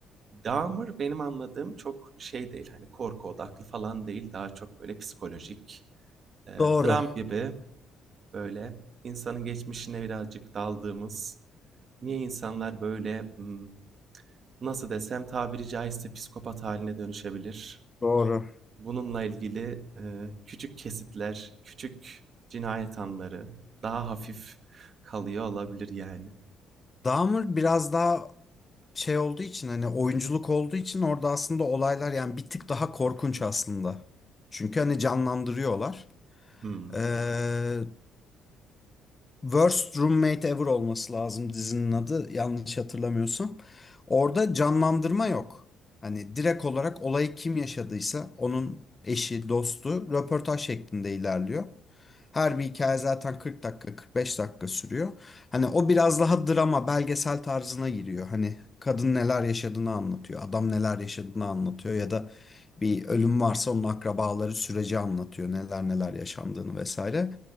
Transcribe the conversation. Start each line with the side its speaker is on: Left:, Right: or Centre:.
Right: Dahmer benim anladığım çok şey değil, hani, korku odaklı falan değil, daha çok böyle psikolojik, eee,
Left: Doğru.
Right: dram gibi böyle insanın geçmişine birazcık daldığımız, niye insanlar böyle, ımm Nasıl desem, tabiri caizse psikopat haline dönüşebilir.
Left: Doğru.
Right: Bununla ilgili, eee, küçük kesitler, küçük cinayet anları daha hafif kalıyor olabilir yani.
Left: Dahmer biraz daha şey olduğu için hani oyunculuk olduğu için orada aslında olaylar yani bir tık daha korkunç aslında. Çünkü hani canlandırıyorlar.
Right: Hımm.
Left: Ee, Worst Roommate Ever olması lazım dizinin adı yanlış hatırlamıyorsam. Orada canlandırma yok. Hani direkt olarak olayı kim yaşadıysa onun eşi, dostu röportaj şeklinde ilerliyor. Her bir hikaye zaten 40 dakika, 45 dakika sürüyor. Hani o biraz daha drama, belgesel tarzına giriyor. Hani kadın neler yaşadığını anlatıyor, adam neler yaşadığını anlatıyor ya da bir ölüm varsa onun akrabaları süreci anlatıyor, neler neler yaşandığını vesaire.